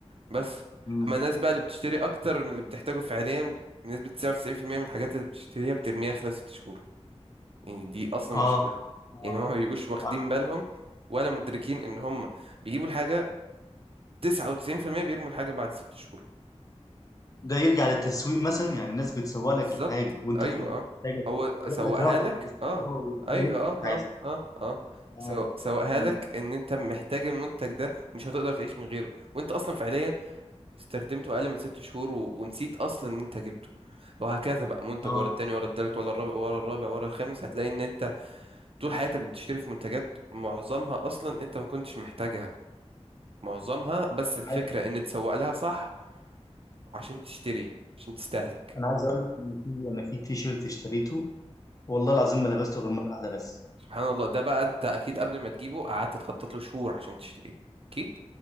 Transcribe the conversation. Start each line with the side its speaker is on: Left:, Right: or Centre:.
Right: بس
Left: مم.
Right: اما الناس بقى اللي بتشتري اكتر من اللي بتحتاجه فعليا بنسبة 99% من الحاجات اللي بتشتريها بترميها خلال ست شهور يعني دي اصلا
Left: اه
Right: مشكلة
Left: اه
Right: يعني هما ما بيبقوش واخدين
Left: آه.
Right: بالهم ولا مدركين ان هما بيجيبوا الحاجة 99% بيرموا الحاجة بعد ست شهور
Left: ده يرجع للتسويق مثلا يعني الناس بتسوق لك
Right: بالظبط
Left: الحاجه وانت
Right: ايوه
Left: اصلا
Right: اه
Left: مش محتاجه
Right: هو سوقها
Left: تلاقي لك رغبه
Right: لك
Left: انت تشتريها
Right: اه
Left: وتلاقي
Right: ايوه
Left: نفسك
Right: اه
Left: مش عايزها
Right: اه اه اه
Left: اه
Right: سو- سوقها
Left: مم.
Right: لك ان انت محتاج المنتج ده ومش هتقدر تعيش من غيره وانت اصلا فعليا استخدمته اقل من ست شهور و... ونسيت اصلا ان انت جبته وهكذا بقى منتج
Left: اه
Right: ورا التاني ورا التالت ورا الرابع ورا الرابع ورا الخامس هتلاقي ان انت طول حياتك بتشتري في منتجات معظمها اصلا انت ما كنتش محتاجها معظمها بس
Left: انا
Right: الفكرة
Left: عايز
Right: ان تسوق لها صح عشان تشتري عشان تستهلك
Left: انا عايز اقول لك ان في انا في تي شيرت اشتريته والله
Right: مم.
Left: العظيم ما لبسته غير مره واحده بس
Right: سبحان الله ده بقى انت اكيد قبل ما تجيبه قعدت تخطط له شهور عشان تشتريه اكيد